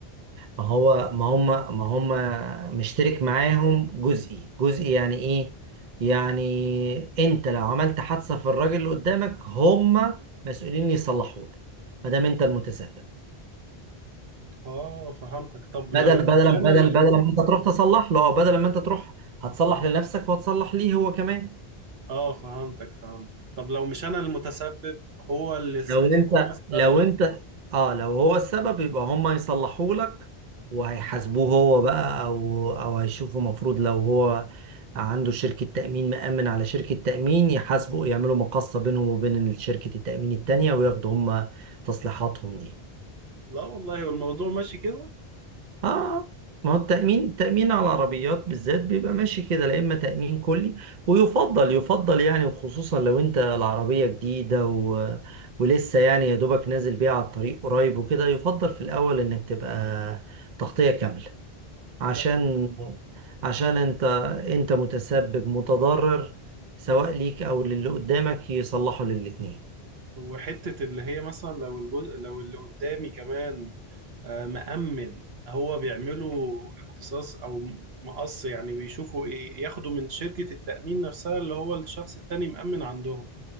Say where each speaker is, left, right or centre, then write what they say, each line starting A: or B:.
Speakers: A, on the right (about 50°); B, on the right (about 75°).
A: ما هو ما هم ما هم مشترك معاهم جزئي جزئي يعني ايه يعني انت لو عملت حادثة في الراجل اللي قدامك هم مسؤولين يصلحوا له ما دام انت المتسبب
B: اه فهمتك طب
A: بدل
B: لو
A: بدل
B: مش انا
A: بدل
B: اللي...
A: بدل ما انت تروح تصلح له او بدل ما انت تروح هتصلح لنفسك وهتصلح ليه هو كمان
B: اه فهمتك فهمت طب لو مش انا المتسبب هو اللي س...
A: لو انت
B: هو السبب
A: لو انت اه لو هو السبب يبقى هم هيصلحوا لك وهيحاسبوه هو بقى او او هيشوفوا مفروض لو هو عنده شركة تأمين مأمن على شركة تأمين يحاسبوا يعملوا مقاصة بينهم وبين شركة التأمين التانية وياخدوا هم تصليحاتهم دي
B: لا والله والموضوع ماشي كده
A: اه ما هو التأمين التأمين على العربيات بالذات بيبقى ماشي كده لا إما تأمين كلي ويفضل يفضل يعني وخصوصا لو أنت العربية جديدة و... ولسه يعني يا دوبك نازل بيها على الطريق قريب وكده يفضل في الأول إنك تبقى تغطية كاملة عشان
B: لا
A: عشان أنت أنت متسبب متضرر سواء ليك أو للي قدامك يصلحوا للاتنين
B: وحتة اللي هي مثلا لو الجزء لو اللي قدامي كمان آه مأمن هو بيعملوا اقتصاص او مقص يعني بيشوفوا ايه ياخدوا من شركة التأمين نفسها اللي هو الشخص التاني مأمن عندهم